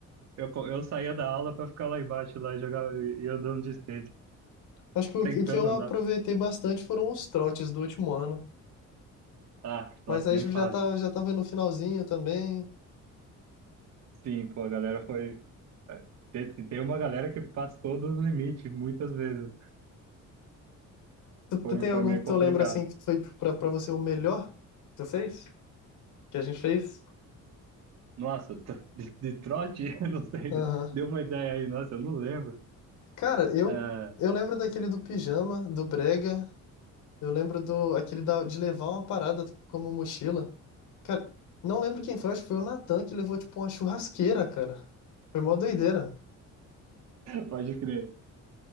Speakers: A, on the right (about 55°); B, on the left (about 75°).
A: eu, co- eu saía da aula pra ficar lá embaixo lá e jogar e, e andando de skate,
B: Acho que o, o
A: tentando
B: que eu aproveitei
A: andar.
B: bastante foram os trotes do último ano.
A: Ah,
B: Mas
A: nossa,
B: aí
A: nem
B: já
A: fale.
B: tá, já tava no finalzinho também.
A: Sim, pô, a galera foi. Tem, tem uma galera que passou dos limites muitas vezes.
B: Tu, tu
A: Foi,
B: tem
A: foi
B: algum
A: meio
B: que tu
A: complicado.
B: lembra assim que foi pra, pra você o melhor que tu fez? Que a gente fez?
A: Nossa, tro- de, de trote? <laughs> Eu não sei.
B: Aham.
A: Deu uma ideia aí, nossa, eu não lembro.
B: Cara, eu,
A: É,
B: eu lembro daquele do pijama, do brega. Eu lembro do aquele da, de levar uma parada como mochila. Cara, não lembro quem foi, acho que foi o Natan que levou tipo uma churrasqueira, cara. Foi mó doideira.
A: pode crer,